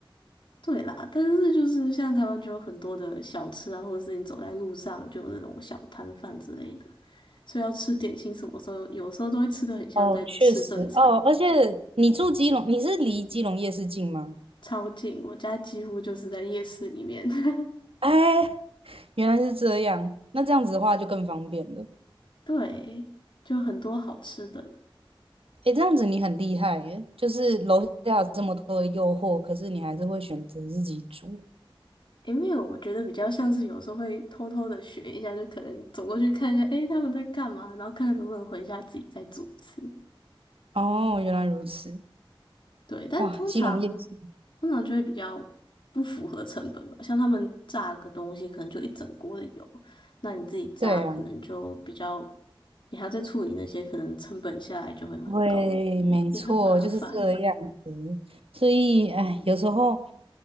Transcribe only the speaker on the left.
对啦，但是就是像台湾就有很多的小吃啊，或者是你走在路上就有那种小摊贩之类的，所以要吃点心，什么时候有时候都会吃的很像在吃正餐，
超近，我家几乎就是在夜市里面。<laughs>
对，就很多好吃的。
诶，没有，我觉得比较像是有时候会偷偷的学一下，就可能走过去看一下，诶，他们在干嘛，然后看看能不能回家自己再组词。
对，但通常
通常就会比较不符合成本嘛，像他们炸个东西可能就一整锅的油，那你自己炸可能就比较，
你还要再处理那些，可能成本下来就会蛮高的，
也很麻烦。